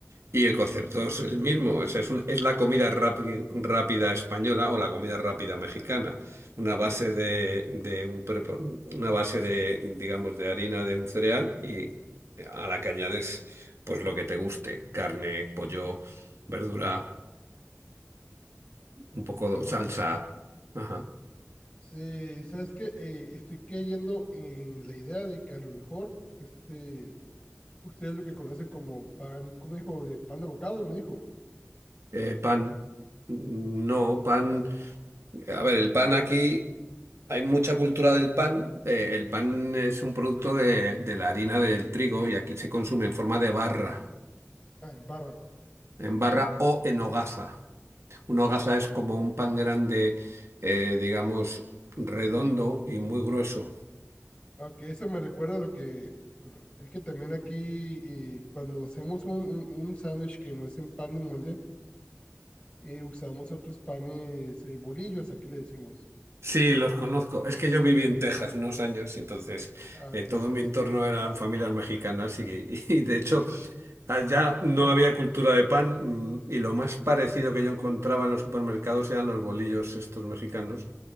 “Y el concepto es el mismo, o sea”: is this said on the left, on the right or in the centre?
Right